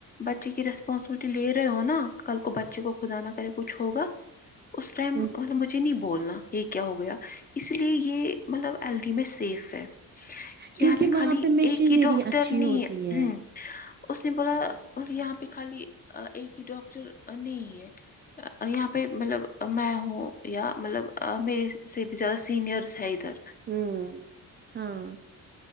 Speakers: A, on the left; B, on the right.
A: بچے کی ریس پانسیبلئٹی لے رہے ہو نا کل کو بچے کو خدا نہ کرے کچھ ہوگا اس ٹائم
B: ہ
A: مطلب بچ مجھے نہیں بولنا یہ کیا ہو گیا اس لیے یہ مطلب ایل ڈی میں سیف ہے
B: کیونکہ
A: یہاں پہ خالی
B: وہاں
A: ایک
B: مشینری
A: ہی ڈاکٹر
B: اچھی
A: نہیں
B: ہوتی
A: ہے اہمم اس نے بولا یہاں پہ خالی ایک ہی ڈاکٹر نہیں ہے یہاں پہ مطلب میں ہوں یا مطلب آ میرے سے زیادہ سینئرس ہے ادھر
B: ہوں ہاں